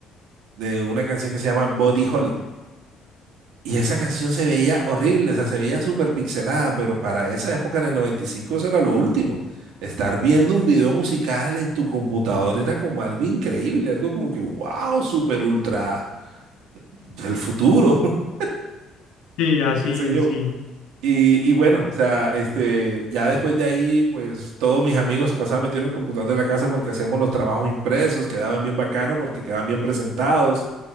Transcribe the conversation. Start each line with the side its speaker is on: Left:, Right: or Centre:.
Right: de una canción que se llama Body Holly. Y esa canción se veía horrible, o sea, se veía súper pixelada, pero para esa época en el 95 eso era lo último. Estar viendo un video musical en tu computador era como algo increíble, algo como que, wow, súper ultra del futuro, <laughs>
Left: Sí, así
Right: qué sé
Left: es,
Right: yo.
Left: sí.
Right: Y, y bueno, o sea, este, ya después de ahí, pues todos mis amigos se pasaban metiendo en el computador de la casa porque hacíamos los trabajos impresos, quedaban bien bacanos porque quedaban bien presentados.